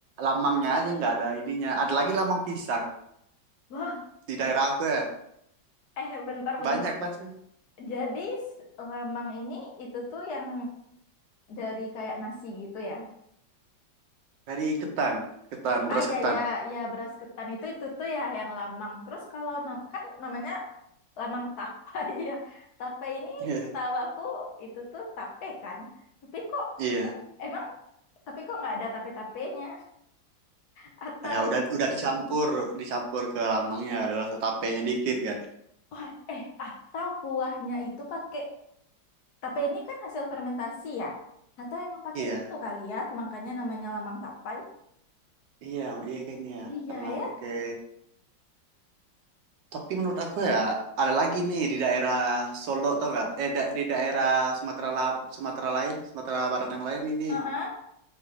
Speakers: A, on the right; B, on the left.
A: lamangnya aja nggak ada ininya ada lagi lamang pisang
B: Loh,
A: di daerah aku ya
B: eh bentar-bentar.
A: banyak macam
B: Jadi s- lamang ini itu tuh yang dari kayak nasi gitu ya?
A: dari ketan ketan beras
B: Ah ya
A: ketan
B: ya ya beras ketan itu itu tuh ya yang lamang. Terus kalau nam- kan namanya lamang tapai <laughs> ya. Tapai
A: <laughs>
B: ini
A: iya
B: setahu aku itu tuh tape kan. Tapi kok
A: iya
B: nggak- emang tapi kok nggak ada tape-tapenya? Atau
A: ya udah udah dicampur dicampur ke lamangnya ada rasa tapenya dikit kan
B: oh, eh atau kuahnya itu pakai tape ini kan hasil fermentasi ya? Atau emang pakai
A: iya
B: itu kali ya? Makanya namanya lamang tapai.
A: iya iya kayaknya ya
B: Iya
A: karena
B: ya.
A: pakai Tapi menurut aku ya ada lagi nih di daerah Solo tau gak Eh da- di daerah Sumatera La- Sumatera lain, Sumatera Barat yang lain ini
B: Heeh,